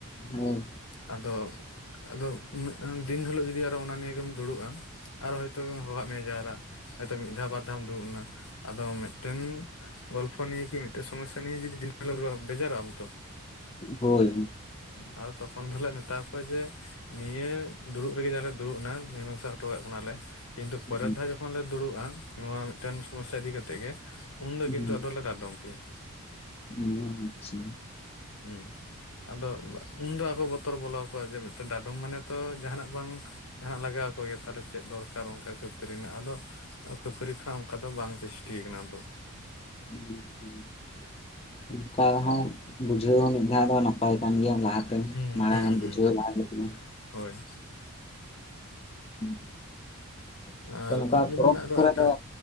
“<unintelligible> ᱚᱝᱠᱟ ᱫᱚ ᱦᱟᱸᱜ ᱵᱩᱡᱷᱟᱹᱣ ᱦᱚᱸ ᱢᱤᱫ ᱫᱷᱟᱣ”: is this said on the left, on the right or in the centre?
Left